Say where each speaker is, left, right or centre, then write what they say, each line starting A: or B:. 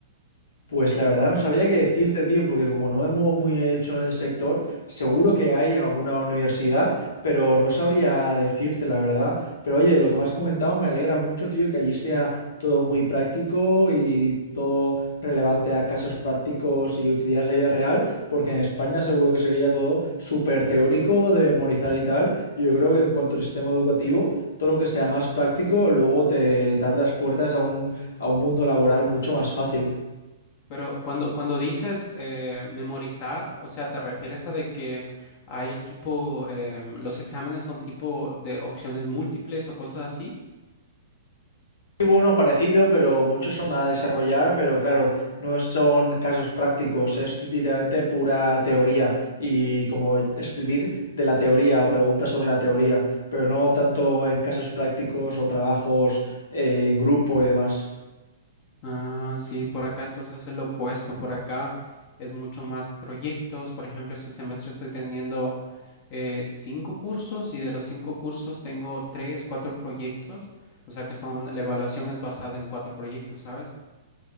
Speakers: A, on the left (about 70°); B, on the left (about 40°).
A: Pues la verdad no sabría qué decirte, tío, porque como no me muevo muy hecho en el sector, seguro que hay en alguna universidad, pero no sabría decirte la verdad. Pero oye, lo que me has comentado me alegra mucho, tío, que allí sea todo muy práctico y todo relevante a casos prácticos y utilidades a la vida real, porque en España seguro que sería todo súper teórico, de memorizar y tal. Y yo creo que en cuanto al sistema educativo, todo lo que sea más práctico, luego te, te abre las puertas a un, a un mundo laboral mucho más fácil.
B: pero cuando, cuando dices eh, memorizar, o sea, te refieres a de que hay tipo, em, los exámenes son tipo de opciones múltiples o cosas así.
A: hubo uno parecido, pero muchos son a desarrollar, pero claro, no son casos prácticos, es literalmente pura teoría y como escribir de la teoría o preguntas sobre la teoría, pero no tanto en casos prácticos o trabajos eh, en grupo y demás.
B: Ah, sí, por acá entonces es lo opuesto. Por acá es mucho más proyectos. Por ejemplo, este semestre estoy teniendo eh, cinco cursos y de los cinco cursos tengo tres, cuatro proyectos, o sea que son, la evaluación es basada en cuatro proyectos, ¿sabes?